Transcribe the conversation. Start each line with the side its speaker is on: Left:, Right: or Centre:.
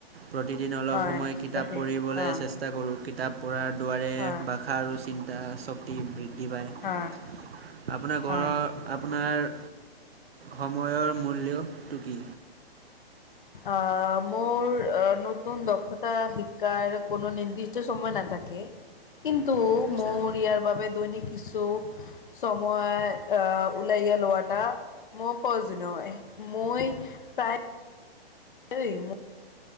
Right: প্ৰতিদিন অলপ
Left: অ',
Right: সময় কিতাপ
Left: সঠিক
Right: পঢ়িবলৈ
Left: অ',
Right: চেষ্টা, চেষ্টা কৰোঁ কিতাপ পঢ়াৰ দোৱাৰে
Left: অ',
Right: ভাষা আৰু চিন্তা শক্তি বৃদ্ধি। আপোনাৰ
Left: অ',
Right: ঘৰৰ
Left: অ',
Right: আপোনাৰ। সময়ৰ মূল্যটো কি?
Left: আহ মোৰ অ নতুন দক্ষতা শিকাৰ কোনো নিৰ্দিষ্ট সময় নাথাকে। কিন্তু
Right: আচ্ছা
Left: মোৰ ইয়াৰ বাবে দৈনিক কিছু, ছময় আহ ওলাই ল ও এটা, মই প্ৰজনয় মই, প্ৰায় <unintelligible>